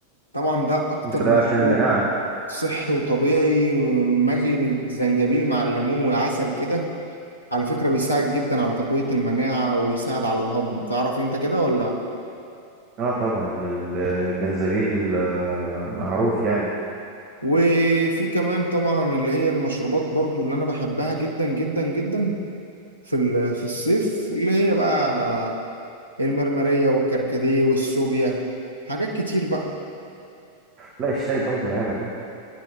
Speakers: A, on the left; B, on the right.
A: طبعا ده أكتر
B: ده,
A: مشروب
B: ده عشان المناعه
A: صحي وطبيعي مجلي من الزنجبيل مع الليمون والعسل كده على فكرة بيساعد جدا على تقوية المناعة ويساعد على الهضم تعرف انت كده ولا
B: اه طبعا الجنزبيل آه، معروف يعني
A: وفي كمان طبعا اللي هي المشروبات برضو اللي انا بحبها جدا جدا جدا في ال- في الصيف اللي هي بقى المرمرية والكركديه والسوبيا حاجات كتير بقى
B: لا الشاي برضه لا يعلى عليه